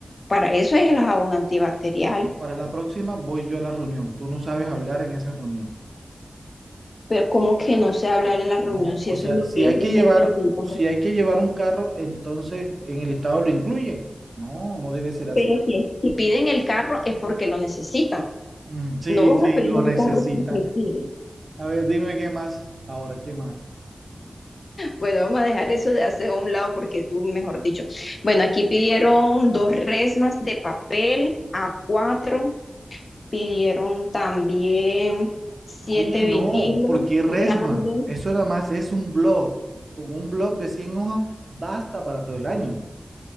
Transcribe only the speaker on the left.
Para eso es el jabón antibacterial.
Pero como que no sé hablar en la reunión
si
eso
es lo
que ellos
necesitan.
Pero si, si piden el carro es porque lo necesitan.
No van
a pedir
un
carro porque quieren.
Bueno, vamos a dejar eso de hacer a un lado porque tú, mejor dicho. Bueno, aquí pidieron dos resmas de papel a cuatro. Pidieron también siete
vinilos
grandes